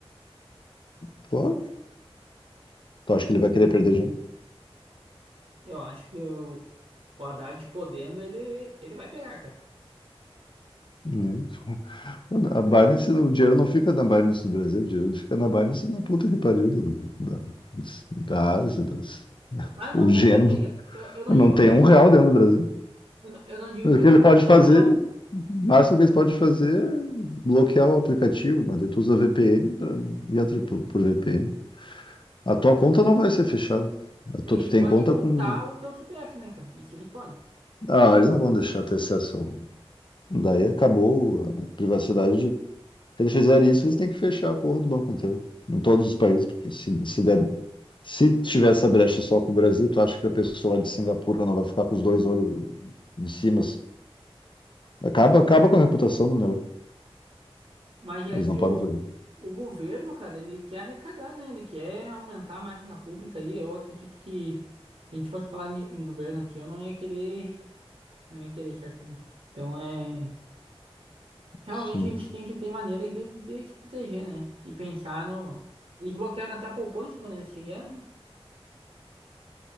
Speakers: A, on the left; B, on the right.
A: Claro. Tu acha que ele vai querer perder dinheiro?
B: Eu acho que o, o Haddad podendo, ele, ele vai pegar, cara.
A: Hum. <laughs> A Binance, o dinheiro não fica na Binance do Brasil, o dinheiro fica na Binance na puta que pariu do- da, da Ásia. Das...
B: Ah,
A: O
B: não,
A: dinheiro
B: com certeza.
A: não
B: Eu, eu não digo
A: não tem
B: que eles
A: um real
B: vão.
A: dentro do Brasil.
B: Eu, não- eu não digo
A: Mas
B: que
A: o que
B: eles
A: ele
B: vão
A: pode
B: tomar
A: fazer,
B: o.
A: o máximo que eles podem fazer é bloquear o aplicativo, mas tu usa VPN pra, e entra por, por VPN. A tua conta não vai ser fechada. A tua-
B: Mas
A: tu
B: eles
A: tem
B: podem
A: conta
B: multar
A: com.
B: o teu CPF, né, cara? Isso eles podem.
A: Ah, eles não vão deixar ter acesso. ao- Daí acabou a privacidade de. Se eles fizerem isso, eles têm que fechar a porra do banco inteiro. Em todos os países, porque se, se der. Se tiver essa brecha só com o Brasil, tu acha que a pessoa lá de Singapura não vai ficar com os dois olhos em cima? Acaba, acaba com a reputação do negócio.
B: Mas é
A: Eles
B: que
A: não podem
B: o,
A: fazer.
B: o governo, cara, ele quer arrecadar, né? Ele quer aumentar a máquina pública aí. Eu acredito que se a gente fosse falar ni- em governo aqui, eu não ia querer, não ia querer esse assunto. Então é. Realmente
A: Sim.
B: a gente tem que ter maneiras de, de se proteger, né? E pensar no. Eles bloquearam até a poupança quando eles fizeram, né?